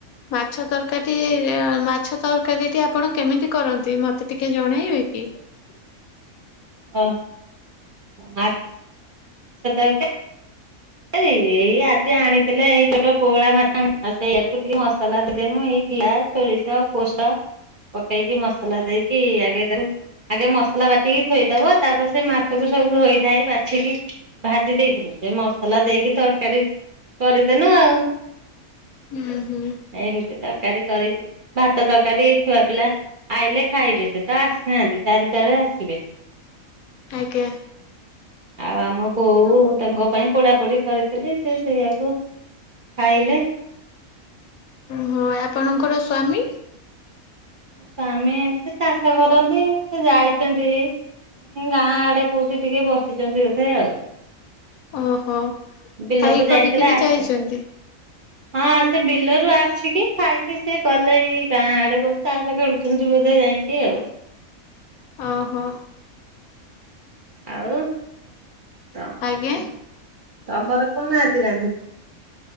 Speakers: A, on the left; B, on the right.
A: ମାଛ ତରକାରୀଟି ମାଛ ତରକାରୀଟି ଆପଣ କେମିତି କରନ୍ତି ମତେ ଟିକେ ଜଣେଇବେ କି? ଇ
B: ଓ ମା ଛ ତରକା ଏ-ଏ-ଏଇ ଆଜି ଆଣି ଥିଲେ ଏଇ ଛୋଟ ପୋହଳା ମାଛ <unintelligible> ସେଆକୁ ଟିକେ ମସଲା ଦଦେନୁ ଏଇ ଜିରା, ସୋରିଷ ପୋଷ ପକେଇକି ମସଲା ଦେଇକି ଆଗେଇ ଦଉ ଆଗେ ମସଲା ବାଟିକି ଥୋଇଦବ ତାପରେ ସେ ମାଛକୁ ସବୁ ଧୋଇ ଧାଇ ବାଛିକି ଭାଜି ଦେଇଥିବୁ ସେ ମ ମସଲା ଦେଇକି ତରକାରୀ କରିଦେନୁ ଆଉ।
A: ହୁଁ ହୁଁ
B: ଏମିତି ତରକାରୀ କରିକି ଭାତ ତରକାରୀ ଏଇ ଛୁଆ ପିଲା ଆଇଲେ ଖାଇବେ ସେ ତ ଆସିନାହାନ୍ତି ଚାରିଟାରେ ଆସିବେ।
A: ଆଜ୍ଞା
B: ଆଉ ଆମ ବୋଉ ତାଙ୍କ ପାଇଁ ପୋଡା ପୋଡି କରିଥିଲି ସେ ସେଇଆକୁ ଖାଇଲେ।
A: ହୋ ଆପଣଙ୍କର ସ୍ଵାମୀ
B: ମୋ ସ୍ଵାମୀ ସେ ଚାଷ କରନ୍ତି ସେ ଯାଇଛନ୍ତି ଉଁ ଗାଁ ଆଡେ କୋଉଠି ଟିକେ ବସିଛନ୍ତି ବୋଧେ ଆଉ।
A: ଓହୋ
B: ବିଲକୁ
A: ଖାଇ
B: ଯାଇଥିଲେ
A: କରିକିରି
B: ଆସି
A: ଯାଇଛନ୍ତି।
B: ହଁ ସେ ବିଲରୁ ଆସିକି ଖାଇକି ସେ ଗଲେ ଏଇ ଗାଁ ଆଡେ କୋଉଠି। ତାସ୍ ଖେୁଳୁଛନ୍ତି ବୋଧେ ଯାଇକି ଆଉ।
A: ଓ ହୋ।
B: ଆଉ ତମର
A: ଆଜ୍ଞା
B: କ ତମର କଣ ଆଜି ରାନ୍ଧି